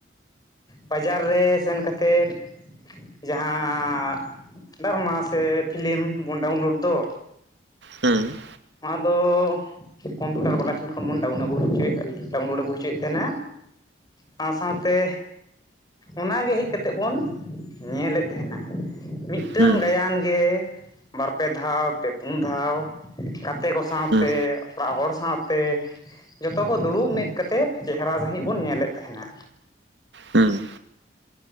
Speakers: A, on the left; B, on the right.
A: ᱵᱟᱡᱟᱨ ᱨᱮ ᱥᱮᱱ ᱠᱟᱛᱮᱫ ᱡᱟᱦᱟᱸ ᱰᱟᱨᱢᱟ ᱥᱮ ᱯᱷᱤᱞᱤᱢ ᱵᱚᱱ ᱰᱟᱣᱩᱱᱞᱳᱰ ᱫᱚ᱾
B: ᱦᱩᱸ᱾
A: ᱟᱫᱚ ᱠᱚᱢᱯᱤᱭᱩᱴᱟᱨ ᱵᱟᱞᱟ ᱴᱷᱮᱱ ᱠᱷᱚᱱ ᱵᱚᱱ ᱰᱟᱣᱩᱱ ᱟᱹᱜᱩ ᱦᱚᱪᱚᱭᱮᱫ ᱰᱟᱣᱩᱱᱞᱳᱰ ᱟᱹᱜᱩ ᱦᱚᱪᱚᱭᱮᱫ ᱛᱟᱦᱮᱸᱱᱟ᱾ ᱥᱟᱶ ᱥᱟᱶᱛᱮ ᱚᱱᱟᱜᱮ ᱦᱮᱡ ᱠᱟᱛᱮᱜ ᱵᱚᱱ ᱧᱮᱞᱮᱫ ᱛᱮᱦᱮᱱᱟ, ᱢᱤᱜ ᱴᱮᱱ
B: ᱦᱩᱸ
A: ᱜᱟᱭᱟᱱ ᱜᱮ ᱵᱟᱨᱯᱮ ᱫᱷᱟᱣ, ᱯᱮ ᱯᱩᱱ ᱫᱷᱟᱣ ᱜᱟᱛᱮ ᱠᱚ ᱥᱟᱶᱛᱮ
B: ᱦᱩᱸ
A: ᱚᱲᱟᱜ ᱦᱚᱲ ᱥᱟᱶᱛᱮ, ᱡᱚᱛᱚ ᱠᱚ ᱫᱩᱲᱩᱵ ᱢᱮᱫ ᱠᱟᱛᱮᱫ ᱪᱮᱦᱨᱟ ᱥᱟᱺᱦᱤᱡ ᱵᱚᱱ ᱧᱮᱞᱮᱫ ᱛᱟᱦᱮᱱᱟ᱾
B: ᱦᱩᱸ᱾